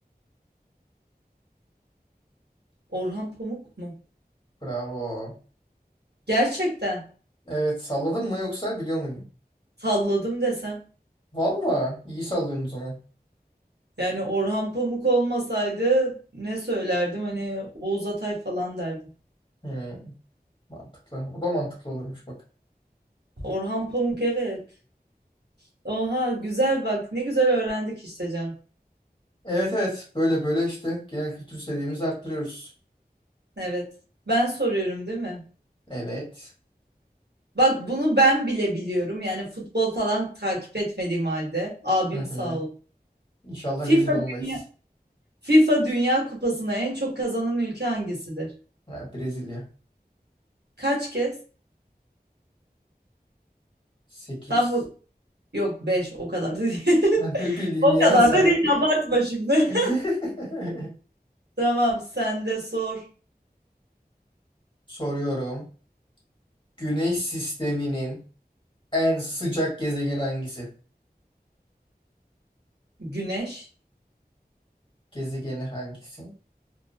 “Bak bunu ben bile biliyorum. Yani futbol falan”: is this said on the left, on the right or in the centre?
Right